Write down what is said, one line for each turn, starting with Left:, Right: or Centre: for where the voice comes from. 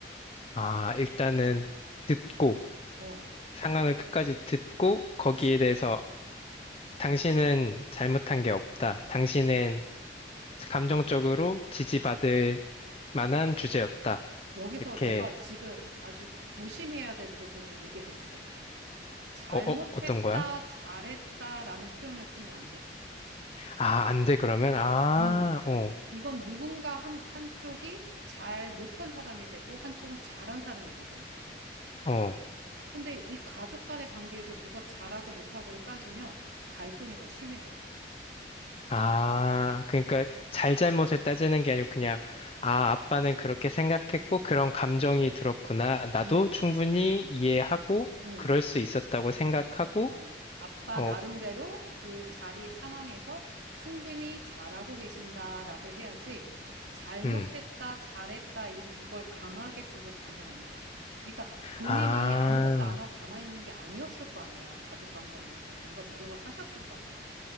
Left: 아, 일단은 듣고.
Right: 어,
Left: 상황을 끝까지 듣고
Right: 그치.
Left: 거기에 대해서 당신은 잘못한 게 없다. 당신은
Right: 음.
Left: 감정적으로 지지받을 만한 주제였다.
Right: 여기서
Left: 이렇게,
Right: 너가 지금 아주 조심해야 될 부분을 얘기를 했어. 잘못했다,
Left: 어, 어, 어떤 거야?
Right: 잘했다라는 표현을 쓰면 안 돼.
Left: 아, 안 돼, 그러면? 아,
Right: 음.
Left: 어,
Right: 이건 누군가 한, 한쪽이 잘 못한 사람이 되고 한쪽은 잘한 사람이 되잖아.
Left: 어.
Right: 근데 이 가족 간의 관계에서 누가 잘하고 못하고를 따지면 갈등이 더 심해져.
Left: 아, 그러니까 잘잘못을 따지는 게 아니고 그냥,
Right: 어.
Left: 아, 아빠는 그렇게 생각했고 그런 감정이 들었구나. 나도
Right: 음.
Left: 충분히 이해하고
Right: 응,
Left: 그럴 수 있었다고 생각하고,
Right: 어, 아빠
Left: 어,
Right: 나름대로 그 자리 상황에서 충분히 잘하고 계신다라고 해야지 잘못했다,
Left: 음.
Right: 잘했다 이, 이걸 강하게 두고 가면 안 돼. 그러니까 본인이
Left: 아,
Right: 아무것도 안 하고 가만히 있는 게 아니었을 거 아니야. 가족 관계 안에서 뭔가 노력을 하셨을 거 아니야.